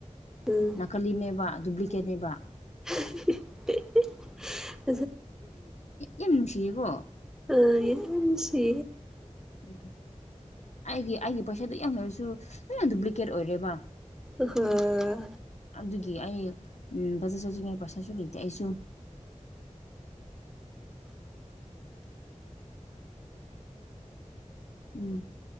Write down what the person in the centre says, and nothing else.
ꯎꯝ
<unintelligible>
ꯄꯨꯟꯁ
ꯑꯍ